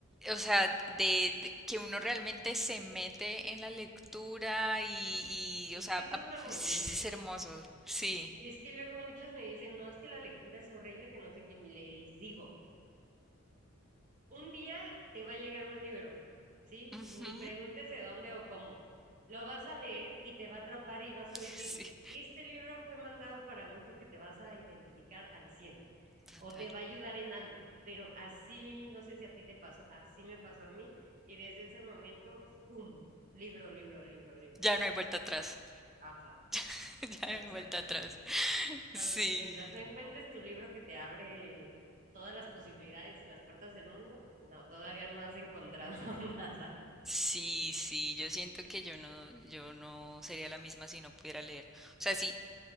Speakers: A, in the centre; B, on the right.
A: o sea, de, de que uno realmente se mete en la lectura y, y,
B: Y
A: o sea,
B: es que eso
A: ap-
B: es lo
A: <laughs>
B: bonito.
A: es, hermoso. Sí.
B: Y es que luego muchos me dicen, no, es que la lectura es horrible, que no sé qué, mi ley. Digo, un día te va a llegar un libro, ¿sí?
A: Ujú,
B: Ni preguntes de dónde o cómo. Lo vas a leer y te va a atrapar y vas
A: Sí,
B: a decir, este libro fue mandado para mí porque te vas a identificar al 100
A: total.
B: o te va a ayudar en algo. Pero así, no sé si a ti te pasó, así me pasó a mí y desde ese momento, ¡pum! Libro, libro, libro, libro,
A: Ya
B: libro.
A: no hay vuelta atrás.
B: Ajá,
A: <laughs> Ya no
B: exacto.
A: hay vuelta atrás. Sí.
B: Entonces, mientras no encuentres tu libro que te abre todas las posibilidades y las puertas del mundo, no, todavía no has encontrado <laughs> nada
A: Sí, sí, yo siento que yo no, yo no sería la misma si no pudiera leer. O sea, si,